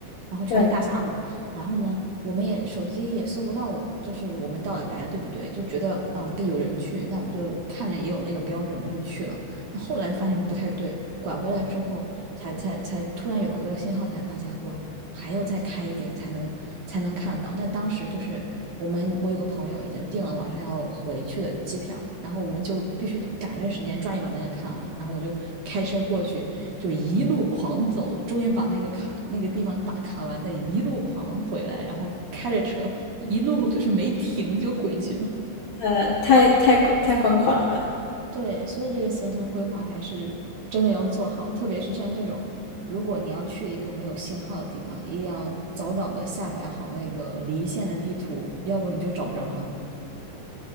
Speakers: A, on the right (about 60°); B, on the left (about 75°).
A: 然后全是大峡谷，
B: 对，
A: 然后呢，我们也手机也搜不到我就是我们到底来的对不对？就觉得嗯，跟有人去，那我们就看着也有那个标志，我们就去了。那后来发现不太对，拐回来之后才才才突然有了个信号，才发现哇，还要再开一点才能才能看到。但当时就是我们我有个朋友已经订了晚上要回去的机票，然后我们就必须赶着时间抓紧把那个看完，然后我就开车过去，就一路狂走，终于把那个卡那个地方打卡完，再一路狂回来，然后开着车一路就是没停就回去了。
B: 呃，太太太疯狂了，
A: 对，所以这个行程规划还是真的要做好，特别是像这种，如果你要去一个没有信号的地方，一定要早早的下载好那个离线的地图，要不你就找不着了。